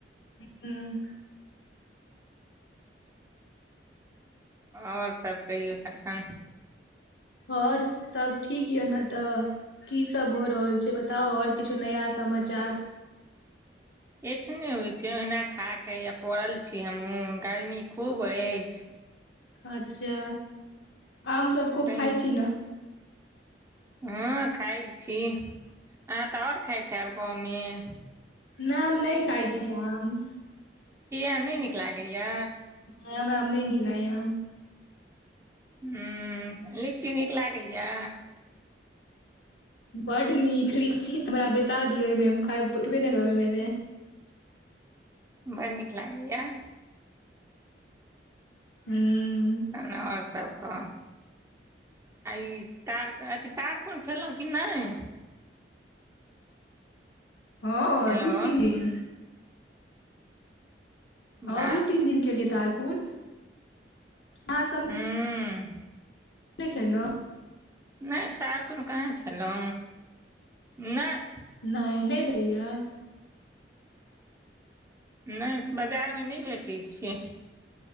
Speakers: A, on the left; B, on the right.
A: हूँ
B: आओर सभ कहियौ तखन
A: आओर सब ठीक यऽ ने तऽ की सब भ रहल छै बताउ आओर किछु नया समाचार।
B: एखने होइ छै ओहिना खा के या पड़ल छी हमहुँ गर्मी खूब अछि।
A: अच्छा आम सब खूब
B: पानि
A: खाइ छी ने।
B: हँ खाइ छी अहाँ तऽ ओर खाएत हैब गाँव में
A: ना हम नय खाइ छी आम
B: किया नय नीक लागैए
A: हमरा नई निक लगेया आम
B: ह लीची नीक लागैया
A: बड नीक लीची त हमरा बैठा दियौमैे उठबे नय कर उ मे
B: बड़ नीक लागैया
A: हूँ
B: तहन ओर सब कह ई तार कऽ अथी तारकोन खेलहुँ कि नय
A: हँ
B: हेलो
A: दू तीन दिन हँ
B: वाह
A: दू तीन दिन खेलियै तारकुन ह सम
B: हँ
A: नई खेनाउ
B: नय तारकुन कहाँ खेलो नय
A: नय नय भैलईया
B: नय बजार में नय भेटै छियै